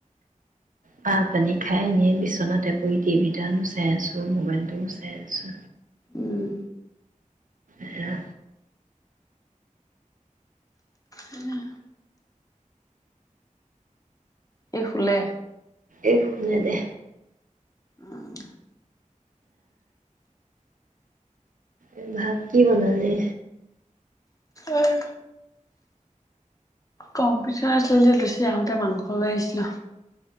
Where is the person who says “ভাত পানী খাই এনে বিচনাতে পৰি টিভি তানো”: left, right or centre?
Right